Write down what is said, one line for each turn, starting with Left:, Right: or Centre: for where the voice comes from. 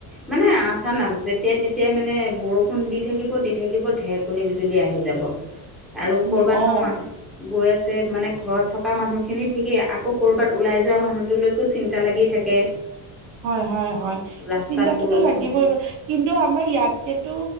Centre: মানে আচান যেতিয়া তেতিয়া মানে বৰষুণ দি থাকিব দি থাকিব ঢেৰকণী বিজুলী আহি যাব। আৰু
Right: উম,
Centre: ক'ৰবাত
Right: অ',
Centre: ধৰ মানুহ গৈ আছে মানে ঘৰত থকা মানুহখিনি ঠিকে আকৌ ক'ৰবাত ওলাই যোৱা মানুহটোলৈকো চিন্তা লাগি থাকে।
Right: হয় হয় হয়
Centre: ৰাস্তাত
Right: চিন্তাটোতো
Centre: বৰষুণ
Right: লাগিবই
Centre: দিলে
Right: বাৰ কিন্তু আমাৰ ইয়াতকেতো